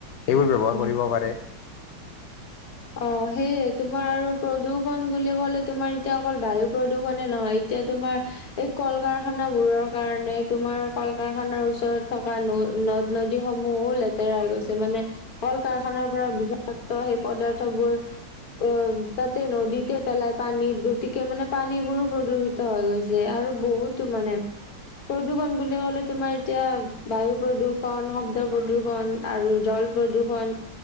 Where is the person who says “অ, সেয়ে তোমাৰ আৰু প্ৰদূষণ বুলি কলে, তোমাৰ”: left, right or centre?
Left